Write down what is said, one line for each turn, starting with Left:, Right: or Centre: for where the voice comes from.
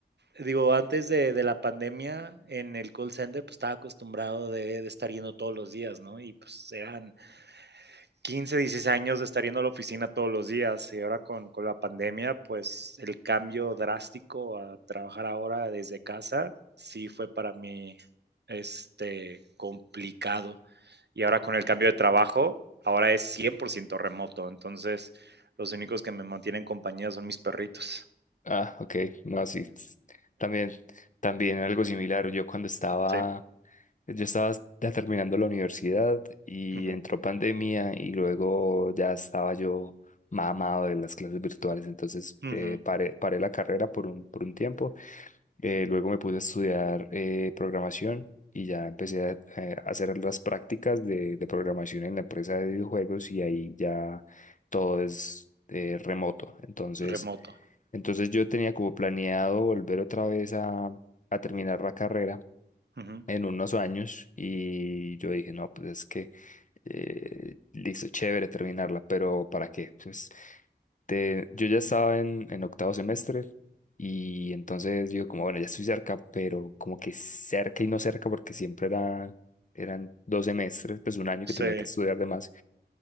Right: digo, antes de, de la pandemia en el call center, pues estaba acostumbrado de, de estar yendo todos los días, ¿no? Y pues eran 15, 16 años de estar yendo a la oficina todos los días. Y ahora con, con la pandemia, pues el cambio drástico a trabajar ahora desde casa, sí fue para mí, este, complicado. y ahora con el cambio de trabajo, ahora es 100% remoto. Entonces, los únicos que me mantienen compañía son mis perritos.
Left: Ah, ok, no, así s- También, también algo similar. Yo cuando estaba,
Right: Sí.
Left: yo estaba ya terminando la universidad y
Right: Ujú,
Left: entró pandemia y luego ya estaba yo mamado de las clases virtuales. Entonces
Right: ujú,
Left: eh, paré, paré la carrera por un, por un tiempo eh, luego me puse a estudiar eh, programación y ya empecé a, eh, a hacer las prácticas de, de programación en la empresa de videojuegos y ahí ya todo es eh, remoto. Entonces,
Right: Remoto.
Left: entonces yo tenía como planeado volver otra vez a, a terminar la carrera
Right: ujú,
Left: en unos años y yo dije, no, pues es que eh, listo, chévere terminarla, pero ¿para qué? Pues, te- yo ya estaba en, en octavo semestre y entonces digo como, bueno, ya estoy cerca, pero como que cerca y no cerca porque siempre era, eran dos semestres, pues un año
Right: Sí.
Left: que tenía que estudiar de más.